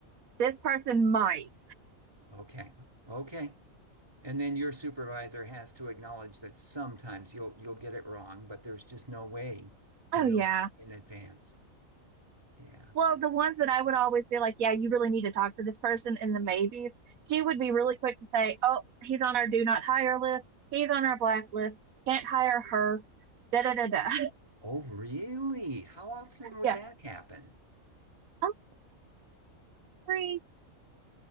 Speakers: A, on the right; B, on the right.
A: this person might.
B: Okay. Okay. And then your supervisor has to acknowledge that sometimes you'll you'll get it wrong, but there's just no way to
A: Oh
B: know
A: yeah.
B: it in advance. Yeah.
A: Well, the ones that I would always be like, yeah, you really need to talk to this person in the maybes, she would be really quick to say, oh, he's on our do not hire list, he's on our blacklist, can't hire her, da da da da.
B: Oh, really? How often would
A: Yeah.
B: that happen?
A: Oh, every,